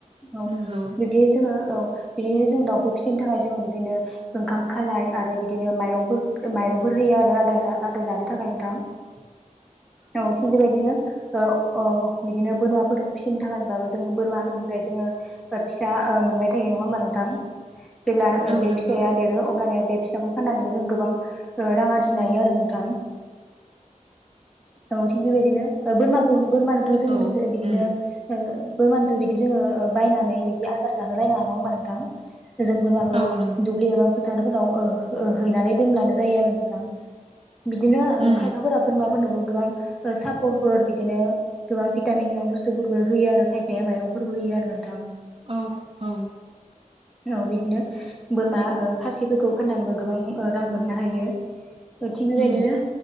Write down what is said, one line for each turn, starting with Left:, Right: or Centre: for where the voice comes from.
Centre: औ
Right: नंगौ
Centre: बिदि जोङो औ बिदिनो औ जों दाउखौ फिसिनो थाखाय जोङो बि बिदिनो ओंखाम खालाय आरो बिदिनो माइरंफोर माइरंफोर होयो आरो आद आदार जानो थाखाय नोंथां
Right: <unintelligible>
Centre: औ थिग बेबायदिनो ओ बिदिनो बोरमाफोर फिसिनो थाखायबाबो जों बोरमा गोदनिफ्राय जोङो फिसा मोनबाय थायो नङा होमबा नोंथां अ जेब्ला
Right: औ
Centre: बे
Right: नंगौ
Centre: फिसाया देरो अब्लानिया बे फिसाखौ फाननानैबो जों गोबां रां आरजिनो हायो आरो नोंथां औ थिग बेबायदिनो बोरमाखौ बोरमानोथ' जों
Right: औ
Centre: बिदिनो
Right: उम
Centre: ओ बोमानोथो बिदि जोङो बायनानै बिदि आजार जाहोलाय नङा नङा होमबा नोंथां जों बोरमाखौ
Right: औ नंगौ
Centre: दुब्लि एबा फोथारफोराव हैनानै दोनब्लानो जायो आरो नोंथां बिदिनो
Right: उम
Centre: खायफाफोरा बोरमाफोरनोबो गोबां सापरफोर बिदिनो गोबां भिटामिन गोनां बुस्थुफोरबो होयो आरो खायफाया माइरंफोरबो होयो बिदि आरो नोंथां
Right: औ औ
Centre: औ बिदिनो बोरमा खासिफोरखौ फाननानैबो गोबां रां मोननो हायो थिग बेबायदिनो
Right: उम